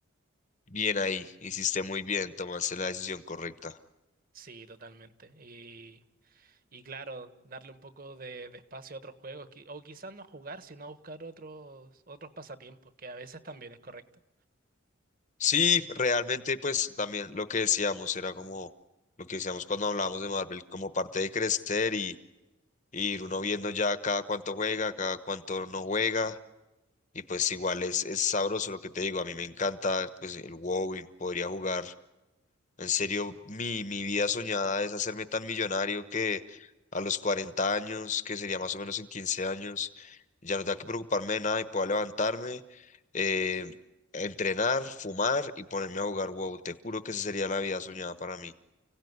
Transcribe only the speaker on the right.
Sí, totalmente. Y, y claro, darle un poco de, de espacio a otros juegos, qui- o quizás no jugar, sino a buscar otros, otros pasatiempos, que a veces también es correcto.